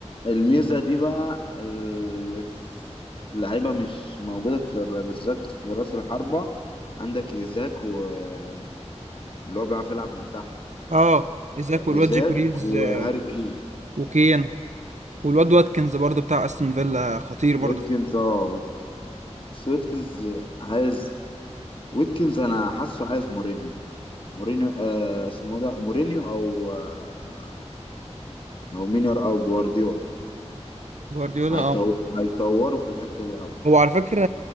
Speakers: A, on the left; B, on the right.
A: الميزه دي بقى اللي في لعيبه مش موجوده في الر- بالذات في راس الحربه عندك ايزاك واللي هو بيعرف يلعب من تحت
B: اه ايزاك والواد
A: ايزاك
B: جيكوريز
A: وهاري
B: آه،
A: كين
B: وكين والواد
A: مم.
B: واتكنز برضه بتاع استون فيلا خطير برضه
A: ويتكنز
B: في
A: اه ويتكنز بس ويتكنز عايز ويتكنز انا حاسه عايز مورينيو مورينيو آه اسمه ده مورينيو او آه او مينر او جوارديولا
B: جوارديولا
A: هيطو...
B: اه
A: هيطوروا في الحتة دي قوي
B: هو على فكرة